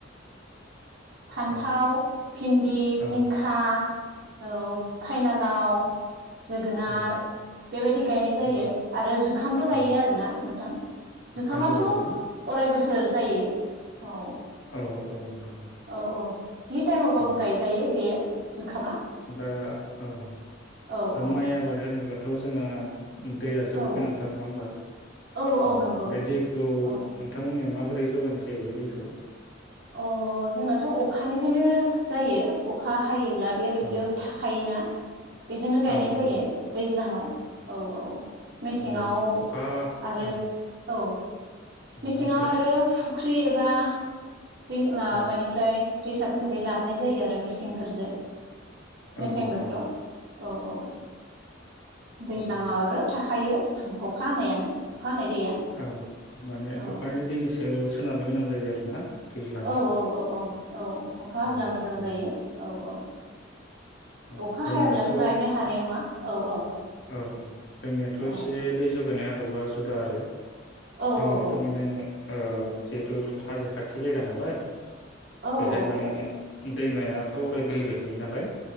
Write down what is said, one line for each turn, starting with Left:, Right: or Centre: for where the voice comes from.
Right: फान्थाव
Left: औ
Right: भिन्दि
Left: औ
Right: जिंखा औ फाइनालाव जोगोनार
Left: औ
Right: बेबायदि गायनाय जायो
Left: नंगौ
Right: आरो जुखामबो गायो
Left: औ
Right: आरोना नोंथां
Left: जुखामबो
Right: जुखामाथ'
Left: गायोना
Right: अराय बोसोर जायो औ
Left: औ औ नंगौ नंगौ
Right: औ औ जि टाइमावबाबो
Left: औ
Right: गायजायो बेयो जुखामा
Left: दा औ
Right: औ
Left: दा
Right: औ
Left: माइ आबाद होनोब्लाथ' जोंहा दैया जोबोद
Right: औ
Left: गोनांथार नङा होमबा
Right: औ औ
Left: अ
Right: नंगौ
Left: बे दैखौ
Right: औ
Left: नोंथांमोननिया माबोरै दै जगायनाय जायो बे दैखौ
Right: अ जोंनाथ' अखानिफ्रायनो जायो अखा हायोब्ला बे दुब्लियाव
Left: औ
Right: थाखायोना बेजोंनो गायनाय
Left: औ
Right: जायो
Left: औ
Right: दैज्लाङाव औ औ मेसेंआव
Left: औ अखा
Right: आरो
Left: औ
Right: औ
Left: औ
Right: मेसेङाव
Left: बुंसै
Right: आरो फुख्रि एबा बै माबानिफ्राय
Left: औ
Right: दैसाफोरनिफ्राय लाबोनाय जायो आरो मेचिंनफोरजो
Left: औ
Right: मेसें बोथोराव
Left: औ
Right: औ औ दैज्लाङाव
Left: नंगौ नंगौ
Right: आरो थाखायो। अखा हानायानो अखा हानाय दैया
Left: औ माने
Right: औ
Left: अखानि दैनि सायाव सोनारनो गोनां जायो आरोना। दैज्लाङाव
Right: औ औ औ औ। औ। अखा हाब्ला
Left: औ
Right: मोजां
Left: नंगौ
Right: जायो
Left: नंगौ
Right: औ औ।
Left: औ
Right: अखा
Left: जोंनियाथ'
Right: हायाब्लाथ' गायनो हानाय नङा? औ औ।
Left: औ औ जोंनियाथ'
Right: औ
Left: एसे दै जगायनाय आदबा जुदा आरो
Right: औ
Left: जोंनियाथ'
Right: औ
Left: माने ओ जिहेथु हाजो खाथि जायगा नालाय।
Right: औ
Left: बेहाय
Right: औ
Left: माने उम दैमायाथ' अराय बोहैबाय थायो नालाय।